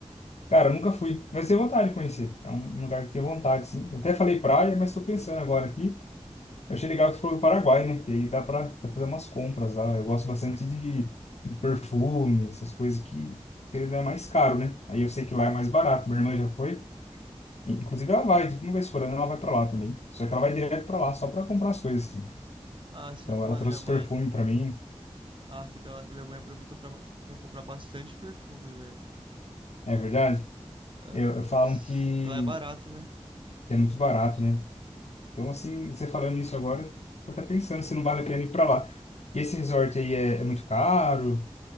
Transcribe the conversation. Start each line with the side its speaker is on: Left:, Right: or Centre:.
Left: Cara, eu nunca fui, mas tenho vontade de conhecer. É um, um lugar que tenho vontade, sim. Eu até falei praia, mas tô pensando agora aqui. Eu achei legal que você falou do Paraguai, né? Que aí dá pra até fazer umas compras lá. Eu gosto bastante de, de perfume, essas coisas que, querendo, é mais caro, né? Aí eu sei que lá é mais barato. Minha irmã já foi. E, Inclusive, ela vai, tipo, uma vez por ano, ela vai pra lá também. Só que ela vai direto pra lá, só pra comprar as coisas, assim.
Right: Ah, sim.
Left: Então,
Right: Mano,
Left: ela trouxe
Right: minha mãe.
Left: perfume pra mim,
Right: Ah, que da hora. Minha mãe aproveitou pra, pra comprar bastante perfume, velho.
Left: é verdade.
Right: Ah,
Left: Eu, eu falam
Right: nossa.
Left: que
Right: Lá é barato, né?
Left: que é muito barato, né? Então, assim, você falando isso agora, tô até pensando se não vale a pena ir pra lá. E esse resort aí é, é muito caro?